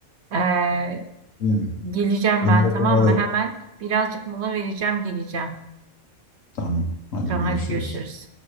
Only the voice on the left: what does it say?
anlatayım.
Bir
ara
bir ara.
Tamam, hadi
görüşürüz.